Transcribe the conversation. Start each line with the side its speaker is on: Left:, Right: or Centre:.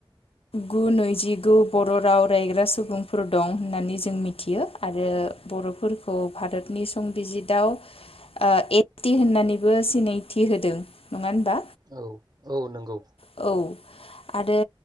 Left: गु नैजिगु बर' राव रायग्रा सुबुंफोर दं होननानै ज जों मिथियो आरो बर'फोरखौ भारतनि संबिजिथआव, ओ ए थि होननानैबो सिनायथि होदों। नङा होमबा?
Right: औ औ नंगौ
Left: औ आरो